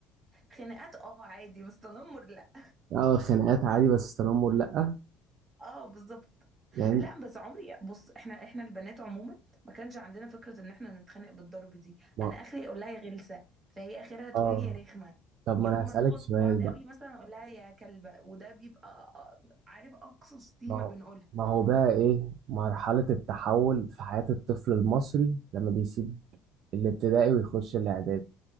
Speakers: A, on the right (about 25°); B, on the right (about 55°).
A: خناقات اه عادي بس تنمر لا
B: اه خناقات عادي بس تنمر لا
A: اه بالظبط
B: يعني
A: لا بس عمري بص احنا احنا البنات عموما ما كانش عندنا فكرة ان احنا نتخانق بالضرب دي
B: ما
A: انا اخري اقول لها يا غلسة فهي اخرها تقول
B: اه
A: لي يا رخمة
B: طب
A: يوم
B: ما انا هسألك
A: ما نغلط
B: سؤال
A: في بعض قوي
B: بقى
A: مثلا اقول لها يا كلبة وده بيبقى آه، عارف اقصى شتيمة
B: ما هو
A: بنقولها
B: ما هو بقى ايه مرحله التحول في حياه الطفل المصري لما بيسيب الابتدائي ويخش الاعدادي